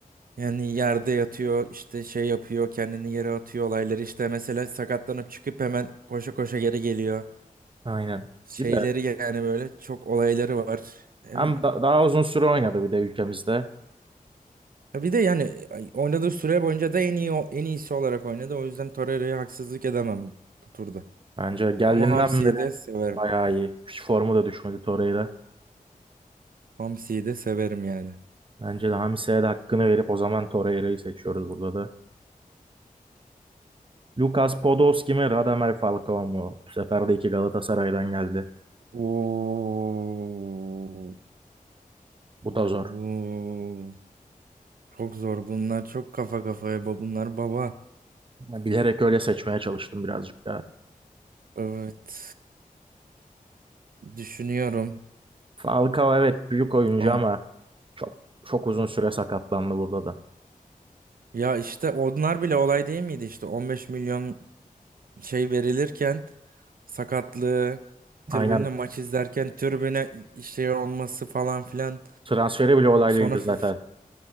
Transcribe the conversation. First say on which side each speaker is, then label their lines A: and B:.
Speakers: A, on the right (about 70°); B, on the right (about 35°).
A: yani yerde yatıyor işte şey yapıyor kendini yere atıyor olayları işte mesela sakatlanıp çıkıp hemen koşa koşa geri geliyor.
B: Aynen.
A: Şeyleri
B: Bir de
A: yani böyle çok olayları var. Hem-
B: Hem da- daha uzun süre oynadı bir de ülkemizde.
A: bir de yani oynadığı süre boyunca da en iyi en iyisi olarak oynadı. O yüzden Torreira'ya haksızlık edemem bu turda.
B: Bence geldiğinden
A: Ama hamsiyi
B: beri
A: de severim.
B: bayağı iyi. Hiç formu da düşmedi Torreira.
A: Hamsiyi de severim yani.
B: Bence de Hamise'ye de hakkını verip o zaman Torreira'yı seçiyoruz burada da. Lucas Podolski mi Radamel Falcao mu? Bu sefer de iki Galatasaray'dan geldi.
A: Oo,
B: Bu da zor.
A: oo, çok zor bunlar. Çok kafa kafaya ba bunlar baba.
B: Ya Bilerek öyle seçmeye çalıştım birazcık daha.
A: Evet. Düşünüyorum.
B: Falcao evet büyük oyuncu
A: Am-
B: ama çok çok uzun süre sakatlandı burada da.
A: Ya işte onlar bile olay değil miydi işte 15 milyon şey verilirken sakatlığı tribünde
B: Aynen
A: maç izlerken tribüne şey olması falan filan.
B: transferi bile olaylıydı
A: Sonra f-
B: zaten.